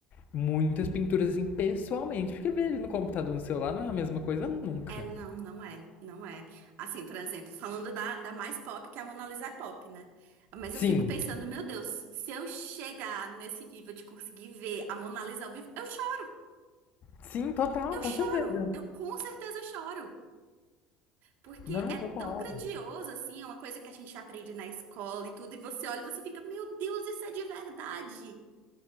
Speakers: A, on the left; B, on the right.
A: muitas pinturas assim pessoalmente, porque ver ele no computador, no celular não é a mesma coisa nunca.
B: É, não, não é, não é. Assim, por exemplo, falando da, da mais pop, que é a Mona Lisa é pop, né? Mas
A: Sim,
B: eu fico pensando, meu Deus, se eu chegar nesse nível de conseguir ver a Mona Lisa ao vivo, eu choro,
A: sim, total,
B: eu choro,
A: com certeza.
B: eu com certeza choro. Porque
A: Não,
B: é
A: total.
B: tão grandioso, assim, é uma coisa que a gente aprende na escola e tudo, e você olha e você fica, meu Deus, isso é de verdade.